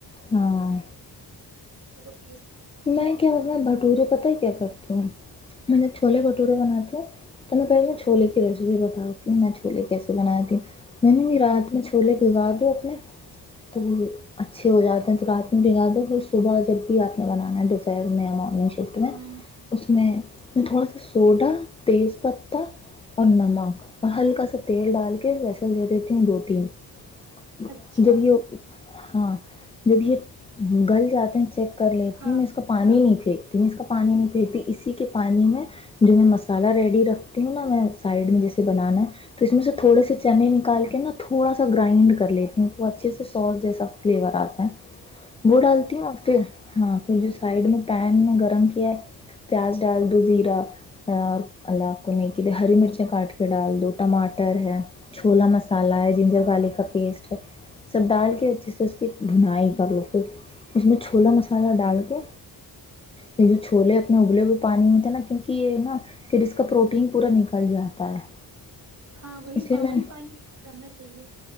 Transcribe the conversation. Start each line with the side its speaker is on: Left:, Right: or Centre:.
Left: ہاں <unintelligible>
Right: تو ب <unintelligible>
Left: میں کیا میں بھٹورے پتہ کیا کرتی ہوں میں جب چھولے بھورے بناتی ہوں تو میں پہلے چھولے کی ریسیپی بتاتی ہوں میں چھولے کیسے بناتی ہوں میں نے بھی رات میں چ چھولہے بھگا دو اپنے تو اچھے ہو جاتے ہیں تو رات میں بھگا دو پھر صبح جب بھی آ نہیں بنان ہے ڈفر نگو نگ شفٹ میں
Right: ہاں
Left: اس میں <unintelligible> میں تھوڑا سا سوڈا تیز پتتا اور نمک اور ہلکا سا تیل ڈال کے ویسن دے دیتی ہوں دودھ ہ
Right: اچھا
Left: جب یہ <unintelligible> ہاں جب یہ گل جاتے ہیں چیک کر لیتی
Right: ہاں
Left: ہوں میں اس کا پانی نہیں پھر میں اس کا پانی نہیں پھینکتی اسی کے پانی میں جو میں مسالہ ریڈی رکھتی ہوں نا میں سائڈ میں جیسے بنانا ہے تو اس میں سے تھوڑے سے چنے نکال کے نا تھوڑا سا گرائنڈ کر لیتی ہوں تو وہ اچھے سے سوس جیسا فلیور آتا ہے وہ
Right: اچھا
Left: ڈالتی ہوں اور پھر ہاں سائڈ میں پین میں گرم کیا ہے پیاز ڈال دو زیرا اللہ آپ کو نہیںے ہری مرچیں کاٹ کے ڈال دو ٹماٹر ہے چھولا مسالا ہے جنجر والے کا پیسٹ ہے سب ڈال کے جس سے اس کی بنائی کر لو پھر اس میں چھولا مسالہ مسالہ ڈال کے پھر جو چھولے اپنے ابلے ہوئے پانی میں تھے نا کیونک یہ نا پھر اس کا پروٹین پورا نکل جاتا ہے
Right: ہاں وہی
Left: اس لیے میں
Right: وہی پانی کرنا چاہیے